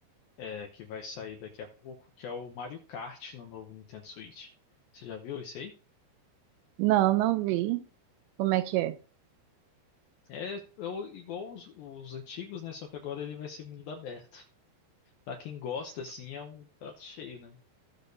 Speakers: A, on the left (about 75°); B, on the right (about 80°).
A: é, que vai sair daqui a pouco, que é o Mario Kart no novo Nintendo Switch. Você já viu isso aí?
B: Não, não vi. Como é que é?
A: É, é o- igual os, os antigos, né? Só que agora ele vai ser mundo aberto. Pra quem gosta, assim, é um prato cheio, né?